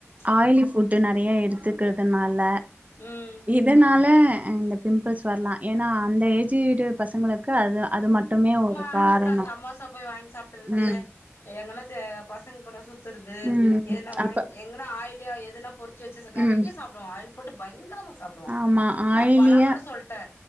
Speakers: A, on the left; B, on the right.
A: ம்
B: ஆயிலி ஃபுட்டு நெறைய எடுத்துக்கிறதனால
A: ம்
B: இதனால இந்த பிம்பிள்ஸ் வர்லா எனா அந்த ஏஜுடு பசங்களப் க்கு அது அது மட்டுமே ஒரு
A: அ
B: காரணோ
A: அதுதா சமோசா போய் வாங்கி சாப்ட்டுர்றது
B: ம்
A: எங்கனாச்சு பசங்க கூட சுத் த்தறது
B: ம்
A: எனா வாய்ங்
B: அப்ப
A: எங்கனா ஆயிலியா எதுனா பொறிச்சு வச்சுச் நெறைய
B: ம்
A: சாப் டுவா ஆயில் ஃபுட்டு பயங்கரமா சாப்டுவா
B: ஆமா
A: நாப்
B: ஆயிலியா
A: பலமுற சொல்ட்டே